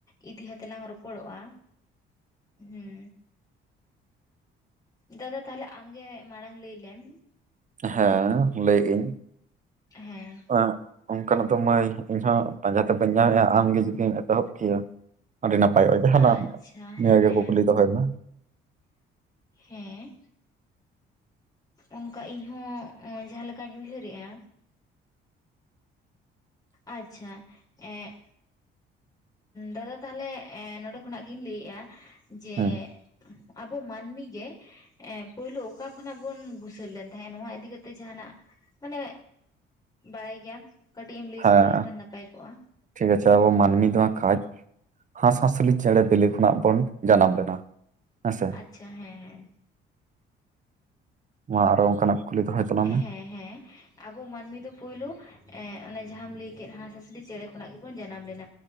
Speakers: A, on the left (about 20°); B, on the right (about 35°).
A: ᱤᱫᱤ ᱠᱟᱛᱮᱜ ᱞᱟᱝ ᱨᱚᱯᱚᱲᱚᱜᱼᱟ ᱦᱩᱸ᱾ ᱫᱟᱫᱟ ᱛᱟᱦᱞᱮ ᱟᱢᱜᱮ ᱢᱟᱲᱟᱝ ᱞᱟᱹᱭᱞᱮᱢ᱾
B: ᱦᱮᱸ ᱞᱟᱹᱭᱮᱜ-ᱟᱹᱧ,
A: ᱦᱮᱸ
B: ᱮᱸᱜ ᱚᱱᱠᱟᱱᱟᱜ ᱫᱚ ᱢᱟᱹᱭ ᱤᱧᱦᱚ ᱯᱟᱸᱡᱟᱛᱮ ᱵᱟᱹᱧ ᱧᱟᱢᱮᱜᱼᱟ ᱟᱢᱜᱮ ᱡᱩᱫᱤᱢ ᱮᱛᱚᱦᱚᱵ ᱠᱮᱭᱟ᱾ ᱟᱹᱰᱤ ᱱᱟᱯᱟᱭᱚᱜᱼᱟ ᱡᱟᱦᱟ
A: ᱟᱪᱪᱷᱟ
B: ᱫᱚ ᱱᱤᱭᱟᱹ
A: ᱦᱮᱸ
B: ᱜᱮ ᱠᱩᱠᱞᱤ ᱫᱚᱦᱚᱭ ᱢᱮ᱾
A: ᱦᱮᱸ᱾ ᱚᱱᱠᱟ ᱤᱧ ᱦᱚᱸ ᱮᱸ ᱡᱟᱦᱟᱸ ᱞᱮᱠᱟᱧ ᱩᱭᱦᱟᱹᱨᱮᱜᱼᱟ᱾ ᱟᱪᱪᱷᱟ, ᱮᱸ ᱫᱟᱫᱟ ᱛᱟᱦᱞᱮ ᱮ ᱱᱚᱸᱰᱮ ᱠᱷᱚᱱᱟᱜ ᱜᱤᱧ ᱞᱟᱹᱭᱮᱜᱼᱟ, ᱡᱮ
B: ᱦᱮᱸ
A: ᱟᱵᱚ ᱢᱟᱹᱱᱢᱤ ᱡᱮ ᱮ ᱯᱳᱭᱞᱳ ᱚᱠᱟ ᱠᱷᱚᱱᱟᱜ ᱵᱚᱱ ᱵᱩᱥᱟᱹᱨ ᱞᱮᱱ ᱛᱟᱦᱮᱸ ᱱᱚᱣᱟ ᱤᱫᱤ ᱠᱟᱛᱮᱜ ᱡᱟᱦᱟᱱᱟᱜ ᱢᱟᱱᱮ ᱵᱟᱲᱟᱭ ᱜᱮᱭᱟᱢ ᱠᱟᱹᱴᱤᱡ ᱮᱢ ᱞᱟᱹᱭ
B: ᱦᱮᱸ
A: ᱥᱚᱫᱚᱨ ᱞᱮᱠᱷᱟᱱ ᱱᱟᱯᱟᱭ ᱠᱚᱜᱼᱟ᱾
B: ᱴᱷᱤᱠ ᱟᱪᱷᱮ ᱟᱵᱚ ᱢᱟᱹᱱᱢᱤ ᱫᱚ ᱦᱟᱸᱜ ᱠᱟᱡᱽ ᱦᱟᱸᱥᱼᱦᱟᱸᱥᱞᱤ ᱪᱮᱬᱮ ᱵᱤᱞᱤ ᱠᱷᱚᱱᱟᱜ ᱵᱚᱱ ᱡᱟᱱᱟᱢ ᱞᱮᱱᱟ, ᱦᱮᱸᱥᱮ᱾
A: ᱪᱷᱟ ᱦᱮᱸ ᱦᱮᱸ᱾
B: ᱢᱟ ᱟᱨᱚ ᱚᱱᱠᱟᱱᱟᱜ ᱠᱷᱩᱞᱤ ᱫᱚᱦᱚᱭ ᱛᱟᱞᱟᱝ ᱢᱮ᱾
A: ᱦᱮᱸ ᱦᱮᱸ᱾ ᱟᱵᱚ ᱢᱟᱹᱱᱢᱤ ᱫᱚ ᱯᱳᱭᱞᱳ ᱮᱸ ᱚᱱᱮ ᱡᱟᱦᱟᱸᱢ ᱞᱟᱹᱭ ᱠᱮᱫ ᱦᱟᱸᱥᱼᱦᱟᱸᱥᱞᱤ ᱪᱮᱬᱮ ᱠᱷᱚᱱᱟᱜ ᱜᱮᱵᱚᱱ ᱡᱟᱱᱟᱢ ᱞᱮᱱᱟ᱾